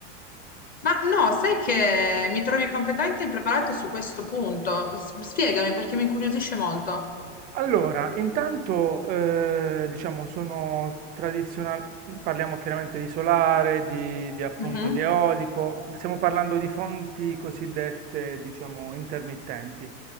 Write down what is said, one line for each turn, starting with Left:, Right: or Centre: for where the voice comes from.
Left: Ma no, sai che mi trovi competente e impreparato su questo punto? S- Spiegami perché mi incuriosisce molto.
Right: Allora, intanto eh, diciamo sono tradizionali, parliamo chiaramente di solare, di, di appunto
Left: Mhm,
Right: di eolico, stiamo parlando di fonti cosiddette diciamo intermittenti.